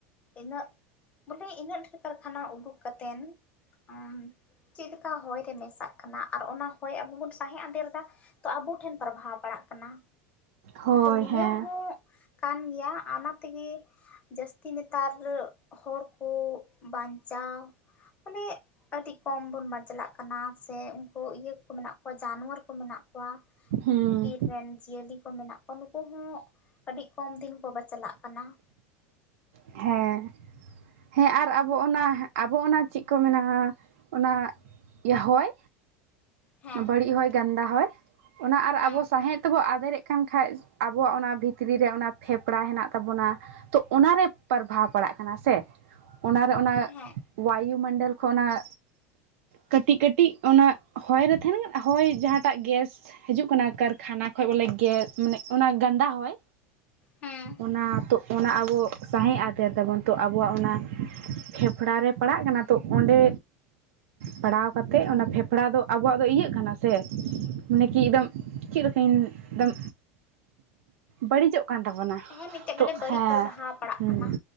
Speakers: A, on the left (about 20°); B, on the right (about 80°).
A: ᱤᱱᱟᱹᱜ ᱵᱚᱞᱮ ᱤᱱᱟᱹᱜ ᱰᱷᱮᱨ ᱠᱟᱨᱠᱷᱟᱱᱟ ᱩᱰᱩᱠ ᱠᱟᱛᱮᱱ <inaudible> ᱪᱮᱫ ᱞᱮᱠᱟ ᱦᱚᱭ ᱨᱮ ᱢᱮᱥᱟᱜ ᱠᱟᱱᱟ ᱟᱨ ᱚᱱᱟ ᱦᱚᱭ ᱟᱵᱚ ᱵᱚᱱ ᱥᱟᱦᱮᱸᱫ ᱟᱫᱮᱨ ᱮᱫᱟ ᱾ ᱛᱚ ᱟᱵᱚ ᱴᱷᱮᱱ ᱯᱨᱚᱵᱷᱟᱣ ᱯᱟᱲᱟᱜ ᱠᱟᱱᱟ
B: ᱦᱳᱭ
A: ᱛᱚ ᱱᱤᱭᱟᱹ
B: ᱦᱮᱸ
A: ᱦᱚᱸ ᱠᱟᱱ ᱜᱮᱭᱟ ᱚᱱᱟ ᱛᱮᱜᱮ ᱡᱟᱹᱥᱛᱤ ᱱᱮᱛᱟᱨ ᱦᱚᱲ ᱠᱩ ᱵᱟᱧᱪᱟᱣ ᱠᱷᱟᱞᱤ ᱟᱹᱰᱤ ᱠᱚᱢ ᱵᱚᱱ ᱵᱟᱪᱞᱟᱜ ᱠᱟᱱᱟ ᱥᱮ ᱩᱱᱠᱩ ᱤᱭᱟᱹ ᱠᱚ ᱢᱮᱱᱟᱜ ᱠᱚᱣᱟ ᱡᱟᱱᱣᱟᱨ ᱠᱚ ᱢᱮᱱᱟᱜ ᱠᱚᱣᱟ ᱾
B: ᱦᱩᱸ
A: ᱵᱤᱨ ᱨᱮᱱ ᱡᱤᱭᱟᱹᱞᱤ ᱠᱚ ᱢᱮᱱᱟᱜ ᱠᱚᱣᱟ ᱱᱩᱠᱩ ᱦᱚᱸ ᱟᱹᱰᱤ ᱠᱚᱢ ᱫᱤᱱ ᱠᱚ ᱵᱟᱪᱞᱟᱜ ᱠᱟᱱᱟ ᱾
B: ᱦᱮᱸ ᱦᱮᱸ ᱟᱨ ᱟᱵᱚ ᱚᱱᱟ ᱟᱵᱚ ᱚᱱᱟ ᱪᱮᱫ ᱠᱚ ᱢᱮᱱᱟ ᱚᱱᱟ ᱤᱭᱟᱹ ᱦᱚᱭ
A: ᱦᱮᱸ
B: ᱵᱟᱹᱲᱤᱡ ᱦᱚᱭ ᱜᱟᱱᱫᱟ ᱦᱚᱭ ᱚᱱᱟ ᱟᱨ
A: ᱦᱮᱸ
B: ᱟᱵᱚ ᱥᱟᱦᱮᱫ ᱛᱮᱵᱚ ᱟᱫᱮᱨᱮᱜ ᱠᱟᱱ ᱠᱷᱟᱡ ᱟᱵᱚᱣᱟᱜ ᱚᱱᱟ ᱵᱷᱤᱛᱨᱤ ᱨᱮ ᱚᱱᱟ ᱯᱷᱮᱯᱲᱟ ᱦᱮᱱᱟᱜ ᱛᱟᱵᱚᱱᱟ ᱾ ᱛᱚ ᱚᱱᱟ ᱨᱮ ᱯᱟᱨᱵᱷᱟᱵᱽ ᱯᱟᱲᱟᱜ ᱠᱟᱱᱟ ᱥᱮ ᱚᱱᱟ ᱨᱮ ᱚᱱᱟ
A: ᱦᱮᱸ
B: ᱵᱟᱭᱩ ᱢᱚᱱᱰᱚᱞ ᱠᱷᱚᱱᱟᱜ ᱠᱟᱹᱴᱤᱡ ᱠᱟᱹᱴᱤᱡ ᱚᱱᱟ ᱦᱚᱭ ᱨᱮ ᱛᱟᱦᱮᱱ ᱦᱚᱭ ᱡᱟᱦᱟᱸᱴᱟᱜ ᱜᱮᱥ? ᱦᱤᱡᱩᱜ ᱠᱟᱱᱟ ᱠᱟᱨᱠᱷᱟᱱᱟ ᱠᱷᱚᱡ ᱵᱚᱞᱮ ᱜᱮ ᱢᱟᱱᱮ ᱚᱱᱟ ᱜᱟᱱᱫᱟ ᱦᱚᱭ
A: ᱦᱮᱸ
B: ᱚᱱᱟ ᱛᱚ ᱚᱱᱟ ᱟᱵᱚ ᱥᱟᱦᱮᱫ ᱟᱫᱮᱨ ᱛᱟᱵᱚᱱ ᱛᱚ ᱟᱵᱚᱣᱟᱜ ᱚᱱᱟ ᱯᱷᱮᱯᱷᱲᱟ ᱨᱮ ᱯᱟᱲᱟᱜ ᱠᱟᱱᱟ ᱛᱚ ᱚᱸᱰᱮ ᱯᱟᱲᱟᱣ ᱠᱟᱛᱮᱫ ᱚᱱᱟ ᱯᱷᱮᱯᱲᱟ ᱫᱚ ᱟᱵᱚᱣᱟᱜ ᱫᱚ ᱤᱭᱟᱹᱜ ᱠᱟᱱᱟ ᱥᱮ ᱢᱟᱱᱮ ᱠᱤ ᱮᱠᱫᱚᱢ ᱪᱮᱫ ᱞᱮᱠᱟᱧ ᱮᱠᱫᱚᱢ ᱵᱟᱹᱲᱤᱡᱚᱜ ᱠᱟᱱ ᱛᱟᱵᱚᱱᱟ
A: ᱦᱮᱸ ᱢᱤᱫᱴᱮᱡ
B: ᱛᱚ
A: ᱵᱚᱞᱮ
B: ᱦᱮᱸ
A: ᱵᱟᱹᱲᱤᱡ ᱯᱨᱚᱵᱷᱟᱵᱽ ᱯᱟᱲᱟᱜ
B: ᱦᱩᱸ
A: ᱠᱟᱱᱟ